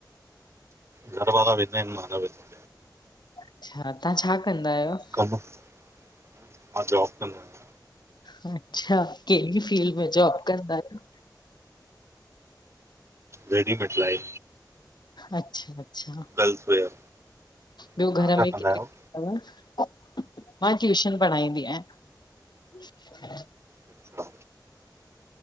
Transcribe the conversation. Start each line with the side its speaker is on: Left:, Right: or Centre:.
Right: घर वारा वेंदा आहिन, मां न वेंदो आं
Left: अच्छा, तां छा कंदा आहियो?
Right: कम, मां जॉब कंदो आयां।
Left: अच्छा, केड़ी फील्ड में जॉब कंदा आयो?
Right: रेडिमेट सिलाई।
Left: अच्छा-अच्छा!
Right: गर्ल्स वेयर
Left: ॿयो
Right: तव्हां
Left: घर
Right: छा
Left: में
Right: कंदा
Left: केर-केर
Right: आहियो?
Left: हन्, मां ट्यूशन पढ़ाईंदी आयांं।
Right: अच्छा